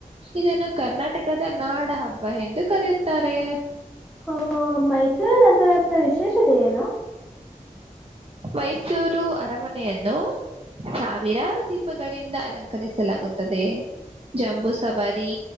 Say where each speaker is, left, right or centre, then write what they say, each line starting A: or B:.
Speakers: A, on the right; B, in the centre.
A: ಇದನ್ನು ಕರ್ನಾಟಕದ ನಾಡ ಹಬ್ಬ ಎಂದು ಕರೆಯುತ್ತಾರೆ
B: ಹ ಮೈಸೂರ ದ ದಸರಾದ ವಿಶೇಷತೆ ಏನು
A: ಮೈಸೂರು ಅರಮನೆಯನ್ನು ಸಾವಿರಾರು ದೀಪಗಳಿಂದ ಅಲಂಕರಿಸಲಾಗುತ್ತದೆ ಜಂಬೂ ಸವಾರಿ